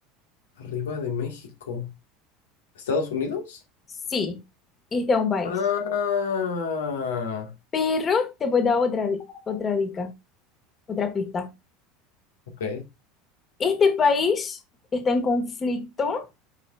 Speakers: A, on the left; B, on the left.
A: Arriba de México. ¿Estados Unidos?
B: sí, este es un país.
A: Ah,
B: Pero te puedo dar otra, di- otra dica, otra pista.
A: ok.
B: Este país está en conflicto